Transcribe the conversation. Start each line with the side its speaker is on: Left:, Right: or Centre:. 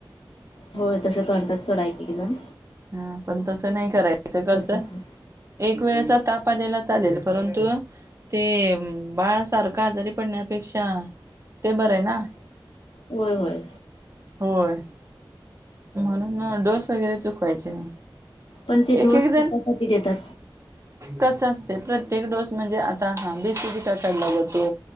Left: हो तसं करतात थोडा एक एकदम.
Right: हा पण तसं नाही करायचं कस.
Left: ना
Right: एक वेळचा ताप आलेला चालेल परंतु. ते बाळसारखं आजारी पडण्यापेक्षा ते बरं आहे ना.
Left: होय होय.
Right: होय. म्हणून डोस वगैरे चुकवायचे नाही
Left: पण ते दिवस
Right: एक एक जण.
Left: कशासाठी देतात
Right: कस असते प्रत्येक डोस म्हणजे आता हा बेसीची क कटलागतो.